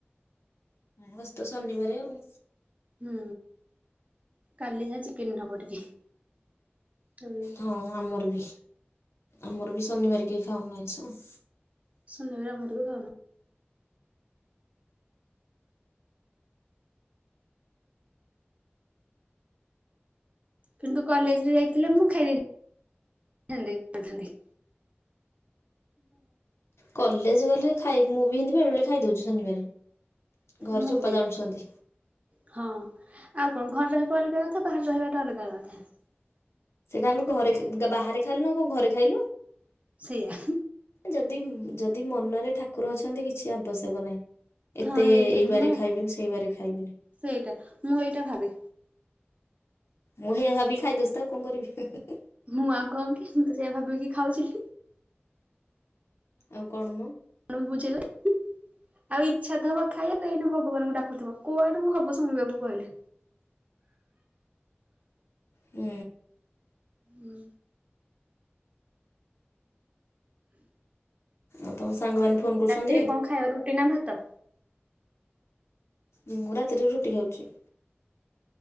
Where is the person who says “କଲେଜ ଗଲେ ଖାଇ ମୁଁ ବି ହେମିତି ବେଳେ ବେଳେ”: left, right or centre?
Left